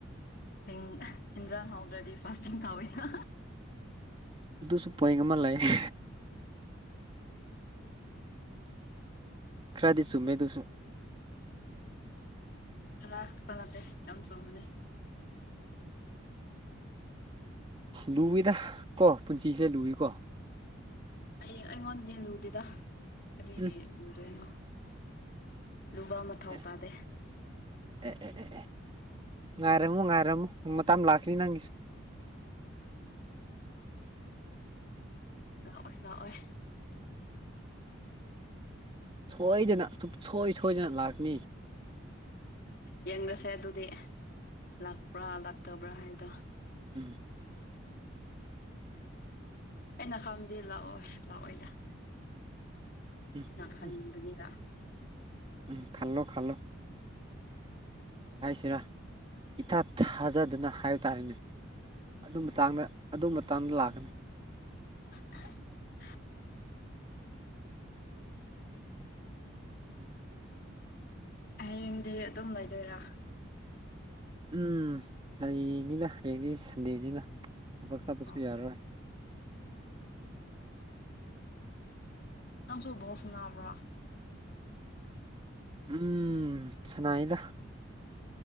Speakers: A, on the left; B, on the right.
A: ꯍ ꯍꯟꯖꯥ ꯍꯥꯎꯕ꯭ꯔꯗꯤ ꯐ ꯀꯕꯅ
B: ꯑꯗꯨꯁꯨ ꯄꯣꯏꯟ ꯑꯃ ꯂꯩꯑ ꯈꯔꯗꯤꯁꯨꯨꯃꯦꯗꯨꯁꯨ
A: ꯈꯥꯛꯄꯂꯇꯦ ꯌꯥꯝ ꯆꯣꯝꯕꯅꯦ
B: ꯂꯨꯏꯗ ꯀꯣ ꯄꯨꯟꯁꯤꯁꯦ ꯂꯨꯏꯀꯣ
A: ꯑꯩ ꯑꯩꯉꯣꯟꯗ ꯂꯨꯗꯦꯗ ꯀꯔꯤꯒꯤ
B: ꯎꯝ
A: ꯂꯨꯗꯣꯏꯅꯣ ꯂꯨꯕ ꯃꯊꯧ
B: ꯑꯦ
A: ꯇꯥꯗꯦ
B: ꯑꯦ ꯑꯦ ꯑꯦ ꯑꯦ ꯉꯥꯏꯔꯝꯃꯨ ꯉꯥꯏꯔꯝꯃꯨꯨ ꯃꯇ ꯑꯃ ꯂꯥꯛꯈ꯭ꯔꯤ ꯅꯪꯒꯤꯁꯨ
A: <unintelligible> ꯂꯥꯛꯑꯣꯏ ꯂꯥꯛꯑꯣꯏ
B: ꯁꯣꯏꯗꯅ ꯁꯨꯡꯁꯣꯏ ꯁꯣꯏꯗꯅ ꯂꯥꯛꯅꯤ
A: ꯌꯦꯡꯕꯁꯦ ꯑꯗꯨꯗꯤ ꯂꯥꯛꯄ꯭ꯔꯥ ꯂꯥꯛꯇꯕ꯭ꯔꯥ ꯍꯥꯏꯗꯣ
B: ꯎꯝ
A: ꯑꯩꯅ ꯈꯪꯕꯗꯤ ꯂꯥꯛꯑꯣꯏ ꯂꯥꯛꯑꯣꯏꯗ
B: ꯎꯝ
A: ꯑꯩꯅ ꯈꯟꯕꯉꯅꯤꯗ
B: ꯎꯝ ꯎꯝ ꯈꯜꯂꯣ ꯈꯜꯂꯣ ꯁꯤꯔꯥ ꯏꯊꯥ ꯊꯥꯖꯗꯨꯅ ꯍꯥꯏꯕ ꯇꯥꯔꯦꯅꯦ ꯑꯗꯨ ꯃꯇꯥꯡꯗ ꯑꯗꯨ ꯇꯟ ꯂꯥꯛꯅꯤ
A: <unintelligible> ꯍꯌꯦꯡꯗꯤ ꯑꯗꯨꯝ ꯂꯩꯗꯣꯏꯔꯥ
B: ꯎꯝ ꯂꯩꯅꯤꯅ ꯍꯌꯦꯡꯅꯤ ꯁꯟꯗꯦꯅꯤꯅ ꯊꯕꯛ ꯆꯠꯄꯁꯨ
A: ꯑꯣ
B: ꯌꯥꯔꯔꯣꯏ
A: ꯅꯪꯁꯨꯣꯕꯣ ꯁꯅꯕ꯭ꯔꯥ
B: ꯎꯝ ꯁꯅꯥꯏꯗ